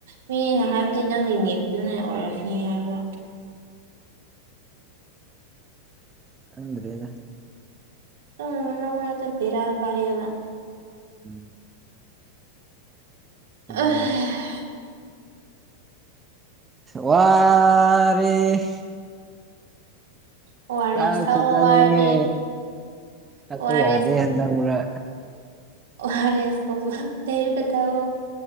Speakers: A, on the right (about 60°); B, on the right (about 20°).
A: ꯃꯤ ꯍꯥꯏꯕꯗꯤ ꯅꯪꯒꯤ ꯅꯦꯠꯇꯨꯅ ꯑꯣꯏꯔꯝꯅꯤ ꯍꯥꯏꯕ
B: ꯑꯗꯨꯗ꯭ꯔꯦꯗ
A: ꯃꯅ ꯃꯅꯗ ꯕꯔ ꯀꯥꯏꯌꯦꯕ
B: ꯎꯝ
A: ꯑ
B: ꯑꯗꯨꯅꯤ ꯋꯥꯔꯦ
A: ꯑꯣ ꯑꯥꯔ
B: ꯆꯥꯛꯁꯨ
A: ꯑꯦꯁ ꯊꯛꯑꯣ
B: ꯆꯥꯅꯤꯡꯉꯦ
A: ꯋꯥꯔꯗꯤ
B: ꯇꯛꯄ
A: ꯑꯣ ꯑꯥꯔ
B: ꯌꯥꯗꯦ ꯍꯟꯗ ꯃꯨꯔꯥ
A: ꯑꯣꯍꯔꯦꯁꯀ ꯇꯔ ꯀꯗ